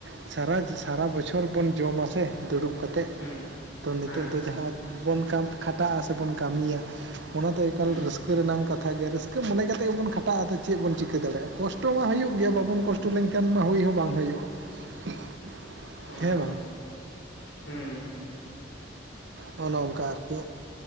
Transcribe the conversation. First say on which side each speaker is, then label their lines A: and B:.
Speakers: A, on the right; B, on the left.
A: ᱥᱟᱨᱟ ᱥᱟᱨᱟ ᱵᱚᱪᱷᱚᱨ ᱵᱚᱱ ᱡᱚᱢ ᱥᱮ ᱫᱩᱲᱩᱵ ᱠᱟ ᱠᱟᱛᱮᱫ᱾
B: ᱦᱩᱸ
A: ᱛᱚ ᱱᱤᱛᱚᱜ
B: ᱦᱮᱸ
A: ᱫᱚ ᱡᱟᱦᱟᱸ ᱵᱚᱱ ᱠᱷᱟᱱ ᱠᱷᱟᱴᱟᱜ-ᱟ ᱥᱮᱵᱚᱱ ᱠᱟᱢᱤᱭᱟ ᱚᱱᱟ ᱫᱚ ᱮᱠᱟᱞ
B: ᱦᱩᱸ
A: ᱨᱟᱹᱥᱠᱟᱹ ᱨᱮᱱᱟᱜ ᱠᱟᱛᱷᱟ ᱜᱮ, ᱨᱟᱹᱠᱟᱹ ᱢᱚᱱᱮ ᱠᱟᱛᱮᱜ ᱵᱚᱱ ᱠᱷᱟᱴᱟᱜ-ᱟ ᱟᱫᱚ ᱪᱮᱫ ᱵᱚᱱ ᱪᱤᱠᱟᱹ ᱫᱟᱲᱮᱭᱟᱜᱼᱟ ᱠᱚᱥᱴᱚ ᱢᱟ ᱦᱩᱭᱩᱜ ᱜᱮᱭᱟ ᱵᱟᱵᱚᱱ ᱠᱚᱥᱴᱚ ᱞᱮᱱᱠᱷᱟᱱ ᱢᱟ ᱦᱩᱭ ᱦᱚᱸ ᱵᱟᱝ ᱦᱩᱭᱩᱜᱼᱟ ᱾
B: ᱚ
A: ᱦᱮᱸ ᱵᱟᱝ?
B: ᱦᱩᱸ
A: ᱚᱱᱚᱝᱠᱟ ᱟᱨᱠᱤ᱾